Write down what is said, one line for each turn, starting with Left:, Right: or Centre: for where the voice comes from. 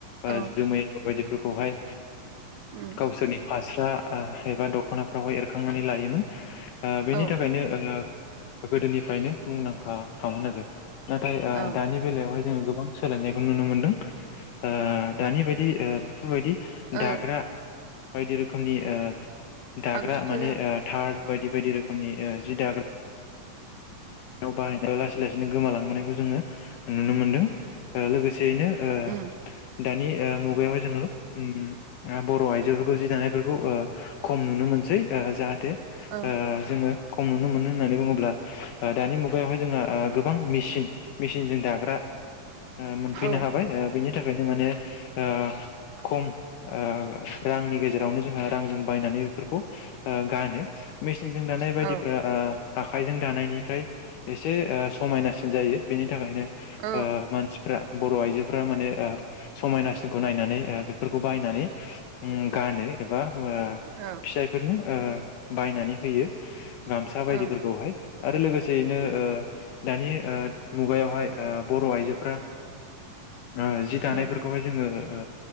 Right: औ
Left: आ जोमै फोरखौहाय
Right: उम
Left: गावसोरनि फास्रा एबा दख'नाफ्रावाय एरखांनानै लायोमोन। आ बेनि
Right: औ
Left: थाखायनो। ओ गोदोनिफ्रायनो मुंदांखा खामोन आरो नाथाय आ
Right: औ
Left: दानि बेलायावहाय जों गोब बां सोलायनायखौ नुनो मोनदों ओ दानि बायदि ओ बेफोरबायदि
Right: औ
Left: दाग्रा बायदि रोखोमनि ओ दाग्रा
Right: आगजुफोरा
Left: माने ओ थारद बायदि बायदि रोखोमनि ओ जि दाग्रा आव बाहायनायखो लासै लासैनो गोमालांबोनायखौ जोङो नुनो मोनदों ओ लोगोस सेयैनो ओ
Right: उम
Left: दानि ओ मुगायावहाय जोङो उम उम आ बर' आइजोखो जि दानायफोरखौ ओ खम नुनो मोनसै ओ जाहाथे
Right: औ
Left: ओ जोङो खम नुनो मोनो होननानै बुङोब्ला ओ दानि मुगायावहाय ओ जोंहा गोबां मेसिन मेसिनजों दाग्रा ओ मोनफैनो
Right: औ
Left: हाबाय ओ बेनि थाखायनो माने ओ खम ओ रांनि गेजेरावनो जोंहा रांजों बायनानै बेफोरखौ ओ गानो मिस सिनजों दानाय बायदिफ्रा
Right: औ
Left: आ आखाइजों दानायनि ओमफ्राय एसे ओ समायनासिन जायो बेनि थाखायनो
Right: औ
Left: ओ मानसिफ्रा बर' आइजोफ्रा माने ओ समायनासिनखौ नायनानै ओ बेफोरखौ बायनानै उम गानो एबा <unintelligible>
Right: औ
Left: फिसाइफोरनि ओ बायनानै होयो गामसा बायदिफोरखौहाय
Right: औ
Left: आरो लोगोसेयैनो ओ दानि ओ मुगायावहाय ओ बर' आइजोफ्रा ओ जि दानायफोरखौहाय
Right: औ
Left: जोंङो ओ